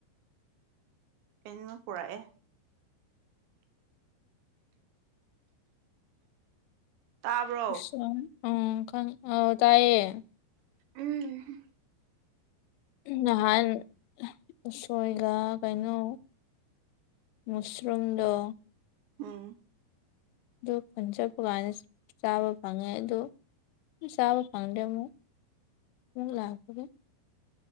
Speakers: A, on the right (about 75°); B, on the left (about 85°).
A: ꯀꯩꯅꯣ ꯄꯨꯔꯛꯑꯦ ꯇꯥꯕ꯭ꯔꯣ
B: ꯎꯁꯣꯏ ꯎꯝ ꯇꯥꯏꯌꯦ
A: ꯎꯝ
B: ꯅꯍꯥꯟ ꯎꯁꯣꯏꯒ ꯀꯩꯅꯣ ꯃꯨꯁꯔꯨꯝꯗꯣ
A: ꯎꯝ
B: ꯑꯗꯨ ꯈꯨꯟ ꯆꯠꯄꯀꯥꯟꯗ ꯆꯥꯕ ꯐꯪꯉꯦ ꯑꯗꯣ ꯆꯕ ꯐꯪꯗꯦ ꯑꯃꯨꯨꯛ ꯂꯥꯛꯄꯗ